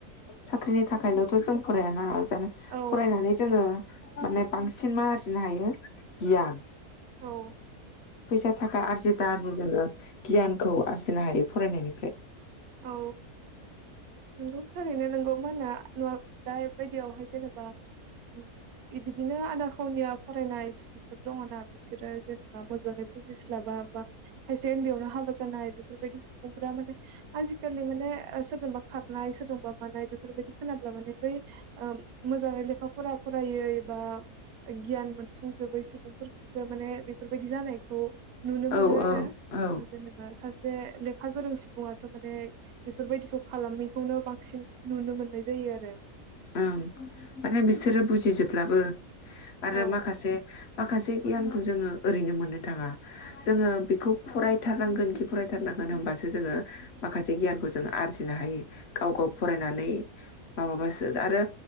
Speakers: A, on the left; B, on the right.
A: साख्रिनि थाखायल'थ' जों फरायाना दानो
B: औ
A: फरायनानै जोङो माने बांसिन मा आरजिनो हायो गियान।
B: औ
A: फैसा थाखा आरजि दा आरजि जोङो गियानखौ आरजिनो हायो फरायनायनिफ्राय।
B: औ नोंगौ थारैनो नोंगौ। मा होनो <unintelligible> बादियावहाय जेनेबा ओम। बिदिनो आदा खावनिया फरायनाय सुबुंफोर दङ ना बिसोरो जेनेबा मोजाङै बुजिस्लाबा बा खायसे उन्दैयावनो हाबा जानाय बेफोरबायदि सुबुंफोरा माने आजि खालि माने सोरजोंबा खारनाय सोरजोंबा माबानाय बेफोरबादि खोनाब्ला माने बै ओ मोजाङै लेखा फरा फरायै बा गियान सुफुंजोबै सुबुंफोरखौसो माने बेफोरबायदि जानायखौ <unintelligible> नुनो मोनो
A: औ
B: आरो,
A: औ औ
B: जेनेबा सासे लेखा गोरों सुबुङा थारमाने बेफोरबायदिखौ खालामैखौनो बांसिन नुनो मोननाय जायो आरो।
A: ओं माने बिसोरो बुजिजोबब्लाबो आरो
B: औ
A: माखासे माखासे गियानखौ जोङो ओरैनो मोननो थाङा। जोङो बेखौ फरायथारनांगोनखि फरायथारनांगोन होनबासो जोङो माखासे गियानखौ जोङो आरजिनो हायो। गाव गाव फरायनानै माबाबासो आरो